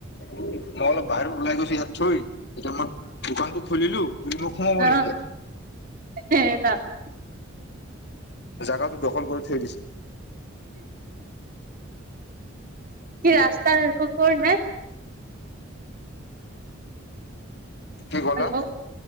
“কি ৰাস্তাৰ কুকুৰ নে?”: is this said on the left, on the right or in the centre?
Right